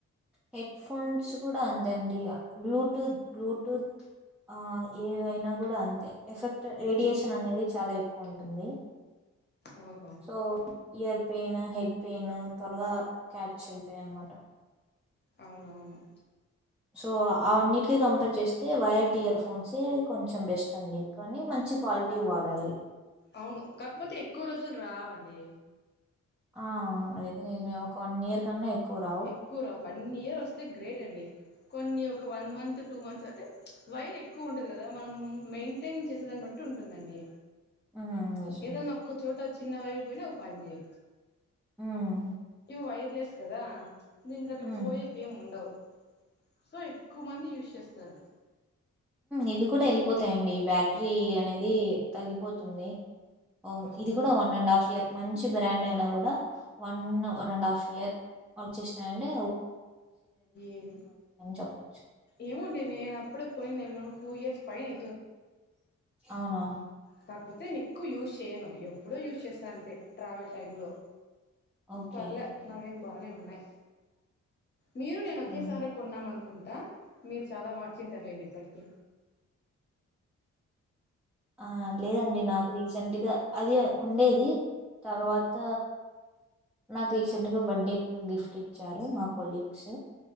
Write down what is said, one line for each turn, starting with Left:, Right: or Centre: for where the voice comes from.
Centre: హెడ్ ఫోన్స్ కూడా ఉందండి బ్లూటూత్ బ్లూటూత్ ఆ ఏవైనా కూడా అంతే ఎఫెక్ట్ రేడియేషన్ అనేది చాలా ఎక్కువ ఉంటుంది
Left: ఓహో
Centre: so ear pain head pain త్వరగా క్యాచ్ అవుతాయి అన్నమాట
Left: అవునవును
Centre: సో అన్నిటిక కంపేర్ చేస్తే వైయర్డ్ ఇయర్ ఫోన్సే కొంచెం బెస్ట్ అండి కానీ మంచి క్వాలిటీ వాడాలి
Left: అవును కాకపోతే ఎక్కువ రోజులు రావండి
Centre: ఆవును అదే ఒక వన్ ఇయర్ కన్నా ఎక్కువ రావు.
Left: ఎక్కువరా వన్ ఇయర్ వస్తే గ్రేట్ అండి కొన్ని ఒక వన్ మంత్ టూ మంత్స్ అంటే వైర్ ఎక్కువ ఉంటంది కదా మనం మెయింటైన్ చేసే బట్టి ఉంటుందండి
Centre: హ్మ్. నిజమే.
Left: ఏదన్నా ఒక్కచోట చిన్న వైర్ పోయినా పని చేయి
Centre: హ్మ్
Left: వైర్లెస్ కదా దీనికిక అట్లా
Centre: హ్మ్.
Left: పోయక ఏం ఉండవు సో ఎక్కువ మంది యూస్ చేస్తారు
Centre: ఇవి కూడ వెళ్ళిపోతాయండి బ్యాటరీ అనేది తగ్గిపోతుంది వు
Left: అవునా
Centre: ఇది కూడ వన్ అండ్ హఫ్ ఇయర్ మంచి బ్రాండ్ అయినా కూడ one one and half year work చేసినంటే
Left: ఏం
Centre: చెప్పచ్చు
Left: ఏముండే నేను అప్పుడే కొని నేను టూ ఇయర్స్ పై <unintelligible>
Centre: అవునా
Left: కాకపోతే నేను ఎక్కువ యూజ్ చేయను ఎప్పుడో యూజ్ చేస్త అంతే ట్రావెల్ టైంలో
Centre: ఓకే
Left: పర్లే
Centre: ఓకే
Left: నవ్వేం బానే ఉన్నాయి మీరు నేను ఒకేసారే
Centre: ఉమ్.
Left: కొన్నామను కుంటా మీరు చాల మార్చింటారులేండి ఇప్పటికే
Centre: ఆ లేదండి నాకు రీసెంట్గా అది ఉండేది తర్వాత నాకు రీసెంట్గ బర్త్డేకి గిఫ్ట్ ఇచ్చారు మా కొలీగ్స్